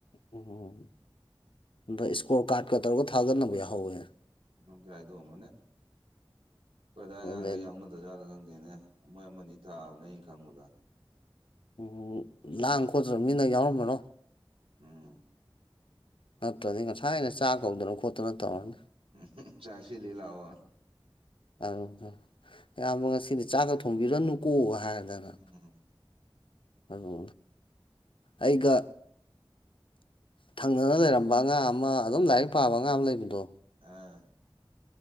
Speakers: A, on the left (about 65°); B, on the right (about 85°).
A: ꯎꯝ ꯑꯗ ꯏꯁꯀꯣꯔ ꯀꯥꯔꯠꯀ ꯇꯧꯔꯒ ꯊꯥꯒꯠꯅꯕ ꯌꯥꯍꯧꯋꯦ
B: ꯃ ꯍꯥꯏꯗꯣ ꯃꯅꯦ ꯑꯩꯈꯣꯏ ꯑꯗꯥꯏ ꯑꯉꯥꯡꯈꯩ
A: ꯑꯗꯨꯗꯩ
B: ꯌꯥꯎꯅꯗ꯭ꯔꯖꯥꯠꯂ ꯈꯪꯗꯦꯅꯦ ꯃꯣꯏ ꯑꯃ ꯑꯅꯤ ꯊꯥꯕꯅꯦ ꯑꯩꯅ ꯈꯪꯕꯗ
A: ꯎꯝ ꯂꯥꯡ ꯈꯣꯠꯇ꯭ꯔꯕ ꯃꯤꯅ ꯌꯥꯎꯔꯝꯕꯅꯣ
B: ꯎꯝ
A: ꯅꯠꯇ꯭ꯔꯗꯤ ꯉꯁꯥꯏ ꯑꯩꯅ ꯆꯥꯛ ꯀꯧꯗꯅ ꯈꯣꯠꯇꯅ ꯇꯧꯔꯅꯤ
B: ꯎꯝ ꯆꯥꯁꯤ ꯂꯤ ꯂꯑꯣ
A: ꯑꯗꯨ ꯑꯌꯥꯝꯕ ꯉꯁꯤꯗꯤ ꯆꯥꯛꯒ ꯊꯣꯡꯕꯤꯔꯅꯨꯀꯣ ꯍꯥꯏꯗꯅ
B: ꯎꯝ
A: ꯑꯗꯨ ꯑꯩꯒ ꯊꯪꯅꯅ ꯂꯩꯔꯝꯕ ꯑꯉꯥꯡ ꯑꯃ ꯑꯗꯨꯝ ꯂꯥꯏꯔꯤꯛ ꯄꯥꯕ ꯑꯉꯥꯡ ꯑꯃ ꯂꯩꯕꯗꯣ
B: ꯑꯥ